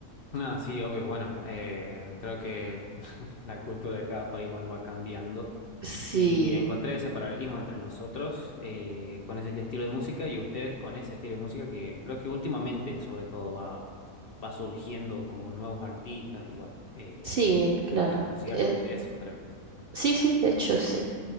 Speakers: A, on the left (about 50°); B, on the right (about 60°).
A: No, sí, obvio. Bueno, eh, creo que <laughs> la cultura de cada país, bueno, va cambiando,
B: Sí,
A: Y encontré ese paralelismo entre nosotros eh, con ese estilo de música y ustedes con ese estilo de música que creo que últimamente sobre todo va, va surgiendo como nuevos artistas y bueno, eh,
B: sí, claro.
A: hasta conciertos
B: Eh,
A: de eso creo.
B: Sí, sí, de hecho, sí.